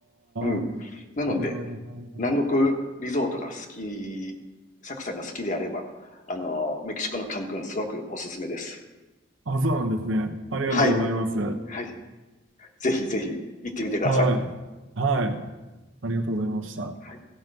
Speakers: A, on the left; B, on the right.
A: うん。
B: あ、
A: なので、
B: えー、
A: 南国リゾートが好き、サクさんが好きであれば、あの、メキシコのカンクンすごくおすすめです。
B: あ、そうなんですね。ありがとうございます。
A: はい。
B: は
A: はい。ぜひぜひ行ってみてください。
B: い。はい。ありがとうございました。
A: はい。